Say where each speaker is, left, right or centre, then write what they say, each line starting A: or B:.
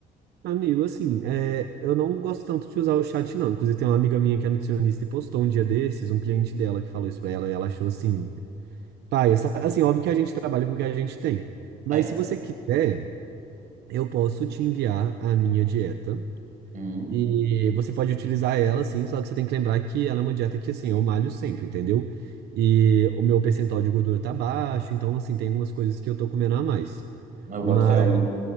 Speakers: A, on the right; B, on the right.
A: Amigo, assim, é, eu não gosto tanto de usar o chat, não. Inclusive, tem uma amiga minha que é nutricionista e postou um dia desses, um cliente dela que falou isso pra ela, e ela achou assim, pai, essa, assim, óbvio que a gente trabalha com o que a gente tem. Mas
B: É.
A: se você quiser, eu posso te enviar a minha dieta.
B: Uhum.
A: E você pode utilizar ela, sim, só que você tem que lembrar que ela é uma dieta que, assim, eu malho sempre, entendeu? E o meu percentual de gordura tá baixo, então, assim, tem algumas coisas que eu tô comendo a mais.
B: Eu
A: Mas,
B: boto fé. O,